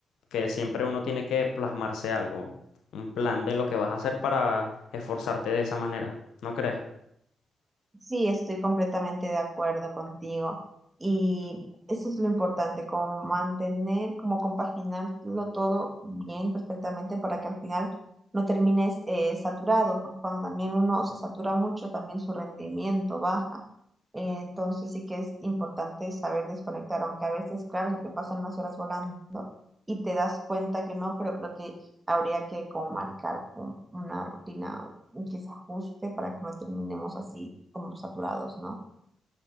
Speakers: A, on the left (about 75°); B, on the right (about 25°).
A: que siempre uno tiene que plasmarse algo, un plan de lo que vas a hacer para esforzarte de esa manera, ¿no crees?
B: Sí, estoy completamente de acuerdo contigo. Y eso es lo importante, como mantener, como compaginarlo todo bien, perfectamente, para que al final no termines eh, saturado, porque cuando también uno se satura mucho, también su rendimiento baja. Eh, entonces sí que es importante saber desconectar, aunque a veces, claro, se te pasan las horas volando y te das cuenta que no, pero creo que habría que como marcar un- una rutina y que se ajuste para que no terminemos así como saturados, ¿no?